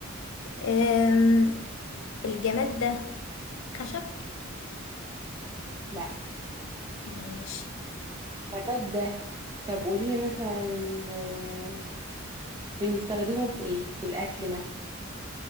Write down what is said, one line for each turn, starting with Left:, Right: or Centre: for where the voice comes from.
Left: أم، الجماد ده خشب
Right: لا
Left: ماشي
Right: نبات ده طب قوليلي مثلا أم، بنستخدمه في إيه في الأكل مثلا